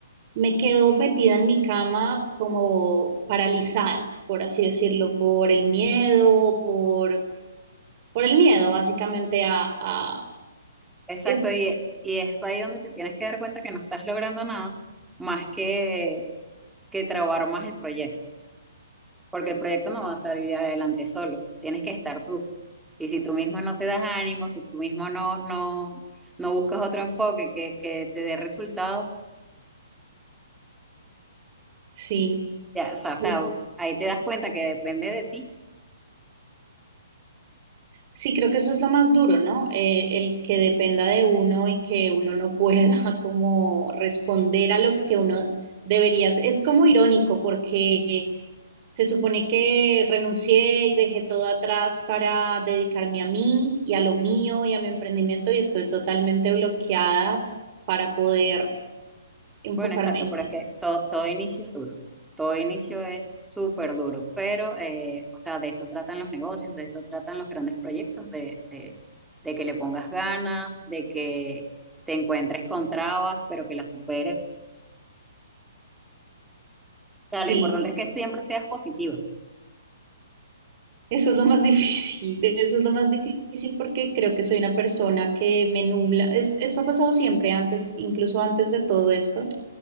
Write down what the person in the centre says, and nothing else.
Exacto,
y, y es ahí donde te tienes que dar cuenta que no estás logrando nada más que, que trabajar más el proyecto, porque el proyecto no va a salir adelante solo, tienes que estar tú. Y si tú mismo no te das ánimo, si tú mismo no, no, no buscas otro enfoque que, que te dé resultados,
Ya, o sea,
o sea, ahí te das cuenta que depende de ti.
Bueno, exacto,
pero
es que todo, todo inicio es duro. Todo inicio es súper duro, pero, eh, o sea, de eso tratan los negocios, de eso tratan los grandes proyectos, de, de, de que le pongas ganas, de que te encuentres con trabas, pero que las superes. O
sea, lo importante es que siempre seas positiva.